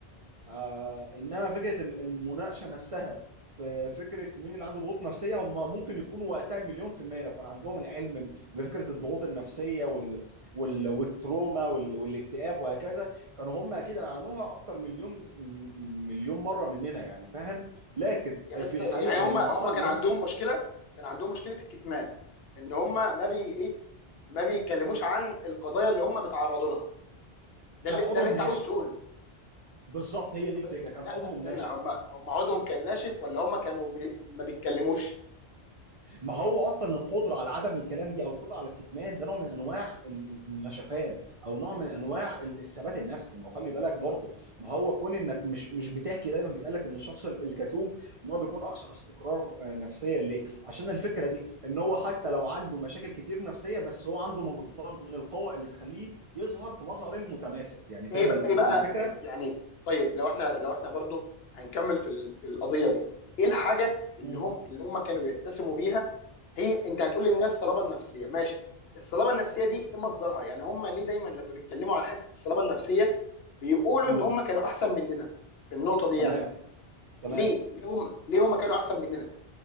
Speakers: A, on the right; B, on the left.
A: آه انما فكره ال- المناقشه نفسها في فكره مين اللي عنده ضغوط نفسيه هم ممكن يكونوا وقتها مليون في الميه لو كان عندهم العلم بفكره الضغوط النفسيه وال وال والتروما وال والاكتئاب وهكذا كانوا هم اكيد عانوها اكتر مليون م- مليون مره مننا يعني فاهم لكن
B: يعني انت
A: في الحقيقه
B: يعني هم
A: اللي
B: هم
A: حصل
B: كان
A: انهم
B: عندهم مشكله كان عندهم مشكله الكتمان ان هم ما بي ايه ما بيتكلموش عن القضايا اللي هم بيتعرضوا لها ده
A: كان
B: اللي
A: عضهم
B: ده اللي انت
A: ناشف
B: عاوز تقوله
A: بالظبط هي دي
B: طب
A: الفكره كان
B: لا
A: عضهم
B: استنى
A: ناشف
B: هم هم عضهم كان ناشف ولا هم كانوا بي... ما بيتكلموش
A: ما هو اصلا القدره على عدم الكلام دي او القدره على الكتمان ده نوع من انواع ال- ال- النشفان او نوع من انواع ال- الثبات النفسي ما هو خلي بالك برضه ما هو كون انك مش مش بتحكي دايما بيتقال لك ان الشخص ال- الكتوم ان هو بيكون اكثر استقرار آه، نفسيا ليه؟ عشان الفكره دي ان هو حتى لو عنده مشاكل كتير نفسيه بس هو عنده مقدار من القوه اللي تخليه يظهر في مظهر المتماسك يعني فاهم
B: ايه بقى
A: ال-
B: ايه بقى
A: الفكره؟
B: إيه يعني طيب لو احنا لو احنا برضو هنكمل في ال... في القضيه دي ايه الحاجه اللي
A: مم.
B: هم اللي هم كانوا بيتسموا بيها هي انت هتقول للناس صلابه نفسيه ماشي الصلابه النفسيه دي ايه مصدرها يعني هم ليه دايما لما بيتكلموا عن حته الصلابه النفسيه بيقولوا
A: مم.
B: ان هم كانوا احسن مننا في النقطه دي
A: تمام
B: يعني
A: تمام
B: ليه ليه هم ليه هم كانوا احسن مننا